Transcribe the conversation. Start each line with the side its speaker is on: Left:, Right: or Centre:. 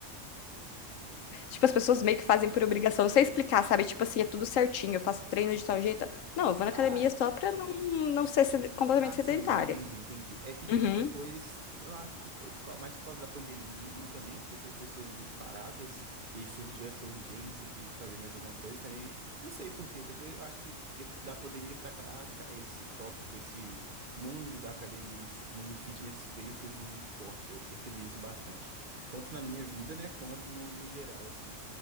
Left: Tipo, as pessoas meio que fazem por obrigação. Não sei explicar, sabe? Tipo assim, é tudo certinho, eu faço treino de tal jeito. Não, eu vou na
Right: Ah,
Left: academia só pra não, não ser sed- completamente
Right: Ah,
Left: sedentária.
Right: sim, entendi, entendi. É que, tipo,
Left: Uhum,
Right: depois, eu acho que foi por cau- mais por causa da pandemia também, que deixou as pessoas muito paradas, e aí surgiu essa urgência de fazer mais alguma coisa também. Não sei por quê, depois eu acho que de- da pandemia pra cá, ca- esse tópico, esse mundo da academia, esse mundo fitness veio surgindo muito forte, eu percebi isso bastante. Tanto na minha vida, né, quanto no, no geral, assim.